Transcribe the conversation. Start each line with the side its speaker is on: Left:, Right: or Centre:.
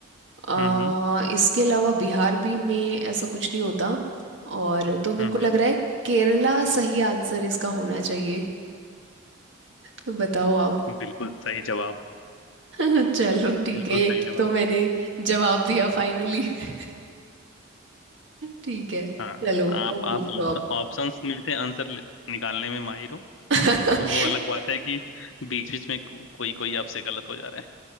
Right: अ,
Left: हम्म हम्म
Right: इसके अलावा बिहार भी में ऐसा कुछ नहीं होता और तो मेरे
Left: हम्म
Right: को लग
Left: हम्म,
Right: रहा है केरला सही आंसर इसका होना चाहिए तो बताओ आप
Left: बिल्कुल सही जवाब
Right: <laughs> चलो ठीक
Left: बिल्कुल
Right: है एक
Left: सही जवाब
Right: तो मैंने जवाब दिया फाइनली <laughs> ठीक है
Left: हाँ
Right: चलो
Left: आप
Right: और
Left: आप
Right: पूछो
Left: ऑप्शन
Right: आप
Left: ऑप्शंस में से आंसर ले- निकालने में माहिर हो
Right: <laughs>
Left: तो वो अलग बात है कि बीच बीच में को, कोई कोई आपसे गलत हो जा रहा है